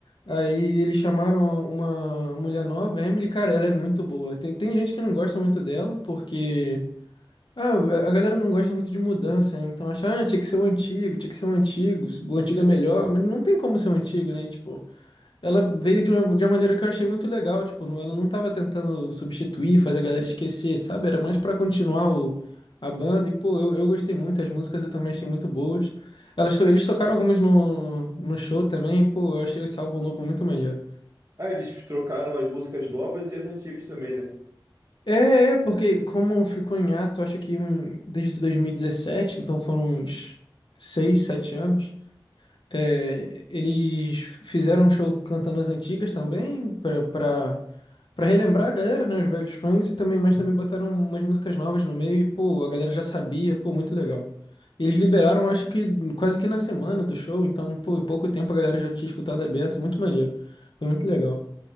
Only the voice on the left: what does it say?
Aí eles chamaram uma mulher nova, Emily, cara, ela é muito boa. Tem, tem gente que não gosta muito dela, porque Ah, a galera não gosta muito de mudança, né? então acha, ah, tinha que ser o antigo, tinha que ser o antigo, o antigo é melhor, mas não tem como ser o antigo, né? Tipo, ela veio de uma, de uma maneira que eu achei muito legal, tipo, não- ela não tava tentando substituir, fazer a galera esquecer, sabe? Era mais pra continuar o, a banda, e pô, eu, eu gostei muito, as músicas eu também achei muito boas. Elas, to- eles tocaram algumas no, no show também, e, pô, eu achei esse álbum novo muito maneiro.
É, é, porque como ficou em ato, acho que hum, desde 2017, então foram uns seis, sete anos, é, eles fizeram um show cantando as antigas também, pra, pra, pra relembrar a galera, né, os velhos fãs, e também, mas também botaram umas músicas novas no meio, e, pô, a galera já sabia, pô, muito legal. E eles liberaram, acho que quase que na semana do show, então, pô, em pouco tempo a galera já tinha escutado a beça, muito maneiro, foi muito legal.